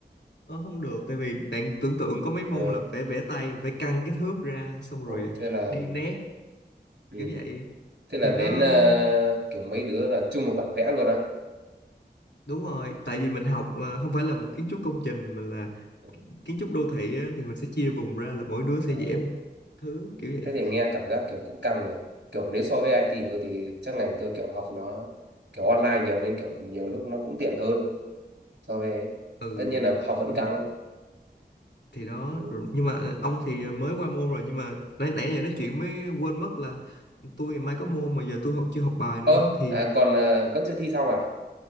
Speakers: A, on the left; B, on the right.
A: ờ, không được tại vì bạn tưởng tượng có mấy môn
B: Ờ,
A: là phải vẽ tay phải căng cái thước ra xong
B: ôi
A: rồi ờ,
B: thế là
A: đi nét
B: ừ.
A: kiểu vậy
B: Thế là
A: thì
B: đến
A: nó
B: ờ, kiểu mấy đứa là chung một bản vẽ luôn á.
A: đúng rồi tại vì mình học ờ, không phải là một kiến trúc công trình mà là
B: Ừ.
A: kiến trúc đô thị á, thì mình sẽ chia vùng ra là mỗi đứa
B: Ờ,
A: sẽ vẽ một thứ kiểu vậy
B: thế thì nghe cảm giác kiểu cũng căng nhỉ. Kiểu nếu so với IT thì tôi thì chắc ngành tôi kiểu học nó kiểu online nhiều nên kiểu nhiều lúc nó cũng tiện hơn so với ấy.
A: ừ
B: Tất nhiên là học vẫn
A: rồi,
B: căng.
A: thì đó
B: Ừ.
A: rồi, nhưng mà ông thì mới qua môn rồi nhưng mà nãy nãy giờ nói chuyện mới quên mất là tôi ngày mai có môn mà giờ tôi học chưa học bài nữa
B: Ơ,
A: thì
B: à, còn ờ, vẫn chưa thi xong à?